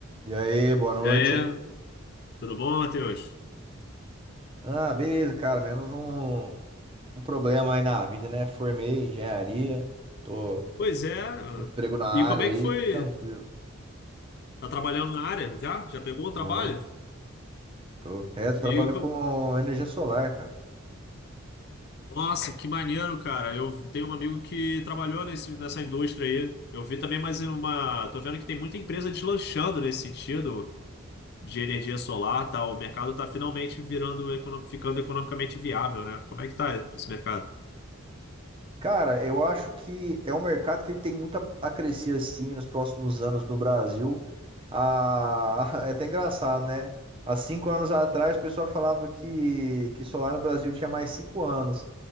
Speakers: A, on the right; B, on the left.
A: E aí, boa noite.
B: E aí, tudo bom, Matheus?
A: Ah, beleza, cara. Menos um, um problema aí na vida, né? Formei em engenharia, tô
B: Pois é.
A: com emprego na
B: E
A: área
B: como é
A: aí,
B: que foi?
A: tô tranquilo.
B: Tá trabalhando na área? Já? Já pegou o trabalho?
A: Tô, tô. É, tô trabalhando
B: E co-
A: com energia solar, cara.
B: Nossa, que maneiro, cara. Eu tenho um amigo que trabalhou nesse, nessa indústria aí. Eu vi também mais uma. Tô vendo que tem muita empresa deslanchando nesse sentido de energia solar, tá? O mercado tá finalmente virando, econo- ficando economicamente viável, né? Como é que tá esse mercado?
A: Cara, eu acho que é um mercado que ele tem muito a a crescer assim nos próximos anos no Brasil. Ah, <laughs> é até engraçado, né? Há cinco anos atrás, o pessoal falava que, que solar no Brasil tinha mais cinco anos.